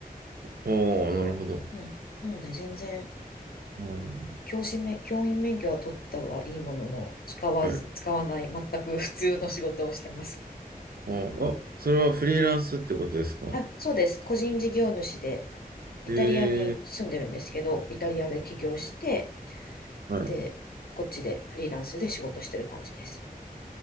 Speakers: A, on the right; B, on the left.
A: おー、なるほど。
B: うん。なので全然
A: うん。
B: 教師免、教員免許は取ったはいいものの、使わず、
A: はい。
B: 使わない、全く <laughs> 普通の仕事をしてます。
A: おー、あ、それはフリーランスってことですか
B: あ、そうです。個人事業主で、イタリアに住んでるんですけど、
A: ええー。
B: イタリアで起業して、
A: は
B: で、こっちでフリーランスで仕事してる感じです。